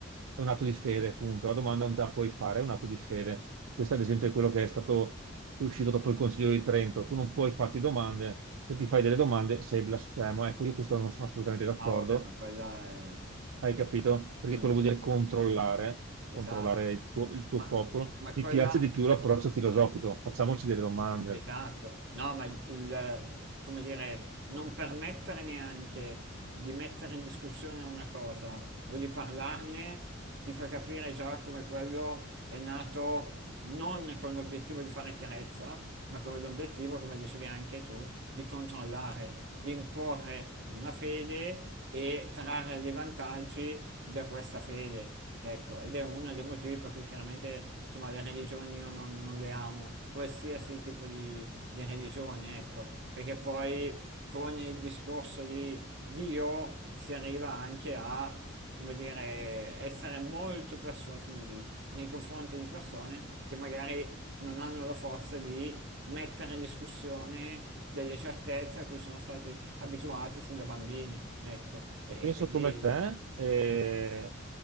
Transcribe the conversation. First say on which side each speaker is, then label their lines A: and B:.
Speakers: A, on the right; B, on the right.
A: è un atto di fede, punto. La domanda non te la puoi fare, è un atto di fede. Questo, ad esempio, è quello che è stato che è uscito dopo il Consiglio di Trento. Tu non puoi farti domande, se ti fai delle domande sei blasfemo. Ecco, io questo non sono assolutamente d'accordo,
B: Ah, vabbè, ma quella è-
A: hai capito? Perché
B: non
A: quello
B: esiste.
A: vuol dire controllare,
B: Esatto.
A: controllare il tuo, il tuo
B: Ma,
A: popolo.
B: ma
A: Mi
B: quella...
A: piace di più l'approccio filosofico, facciamoci
B: ma-
A: delle domande.
B: Esatto. No, ma il, come dire, non permettere neanche di mettere in discussione una cosa o di parlarne ti fa capire già come quello è nato non con l'obiettivo di fare chiarezza, ma con l'obiettivo, come dicevi anche tu, di controllare, di imporre una fede e trarre dei vantaggi da questa fede. Ecco, ed è uno dei motivi per cui chiaramente insomma, le religioni io non, non le amo, qualsiasi tipo di, di religione, ecco, perché poi con il discorso di Dio si arriva anche a, come dire, essere molto persuasivi nei confronti di persone che magari non hanno la forza di mettere in discussione delle certezze a cui sono stati abituati sin da bambini, ecco, e,
A: La Penso
B: e quindi...
A: come te,
B: e
A: eh,
B: quindi- sì.